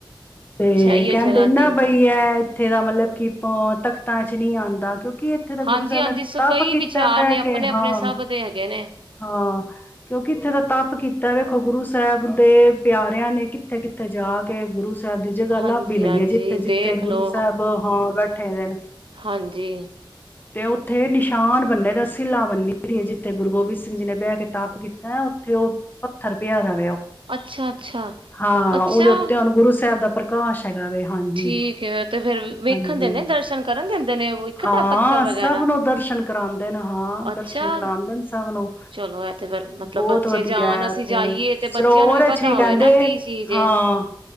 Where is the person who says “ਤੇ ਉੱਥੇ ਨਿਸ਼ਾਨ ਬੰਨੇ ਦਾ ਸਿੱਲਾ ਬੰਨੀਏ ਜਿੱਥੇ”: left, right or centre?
Left